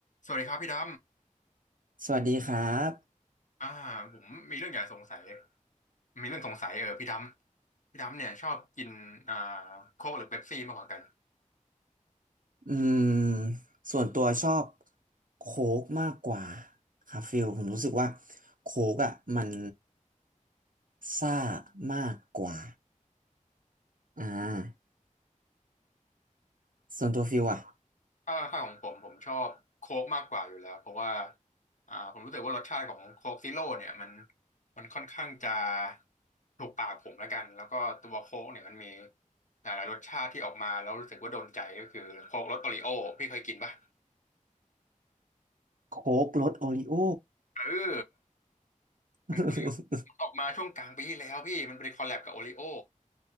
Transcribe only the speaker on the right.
สวัสดีครับ
อืม ส่วนตัวชอบโค้กมากกว่าครับฟิลผมรู้สึกว่าโค้กอ่ะมันซ่ามากกว่าอ่าส่วนตัวฟิลอ่ะ
โค้กรสโอริโอ
<laughs>